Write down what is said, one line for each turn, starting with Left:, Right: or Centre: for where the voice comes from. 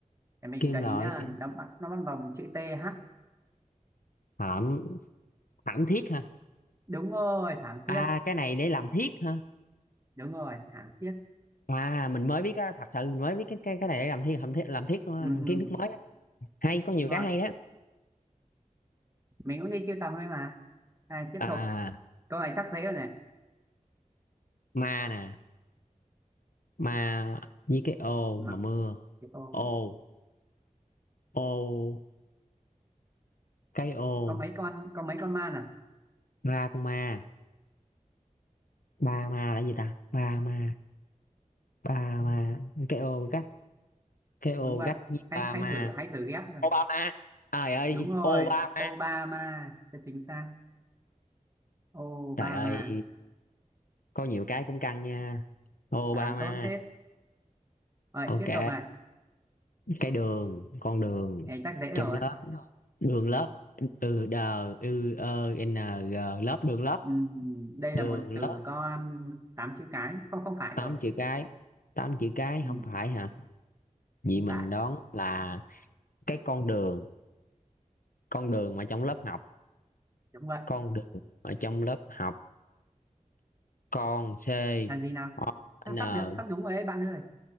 Right: để mình
Left: kim
Right: gợi
Left: loại
Right: ý nhá nó bắt nó bắt đầu bằng chữ T H
Left: thảm thảm thiết ha
Right: đúng rồi thảm
Left: à
Right: thiết
Left: cái này để làm thiết ha
Right: đúng rồi thảm thiết
Left: à mình mới biết á thật sự mình mới biết cái cái cái này để làm thiết làm thiết làm thiết luôn á,
Right: ừ, ừ.
Left: kiến thức mới á. hay có nhiều
Right: đúng rồi
Left: cái hay đó
Right: mình cũng đi siêu tầm thôi mà này tiếp
Left: à
Right: tục câu này chắc dễ rồi này
Left: ma nè ma với cái ô
Right: mà
Left: mà mưa
Right: cái câu
Left: ô
Right: này.
Left: ô cái ô
Right: có mấy con có mấy con ma à
Left: ba con ma ba ma là gì ta ba ma ba ma cái ô gách cái ô
Right: đúng vậy
Left: gách với
Right: hãy
Left: ba
Right: hãy
Left: ma
Right: thử hãy thử ghép rồi
Left: Obama trời ơi
Right: đúng rồi
Left: Obama
Right: Obama cho chính xác Obama
Left: trời ơi có nhiều cái cũng căng nha Obama
Right: Bà làm tốt hết rồi
Left: ok
Right: tiếp tục này
Left: cái đường con đường
Right: này chắc dễ rồi
Left: trong lớp đường lớp từ đờ ư ơ n g lớp đường lớp
Right: Ừm, đây
Left: đường
Right: là một từ
Left: lớp
Right: có um, tám chữ cái không không phải
Left: tám
Right: rồi
Left: chữ cái tám chữ cái
Right: Ừm,
Left: không phải hả vì
Right: không
Left: mình
Right: phải
Left: đoán là cái con đường con đường mà trong lớp học
Right: đúng vậy
Left: con đường ở trong lớp học con c
Right: là gì nào
Left: o
Right: sắp
Left: n
Right: sắp được sắp đúng rồi đấy bạn ơi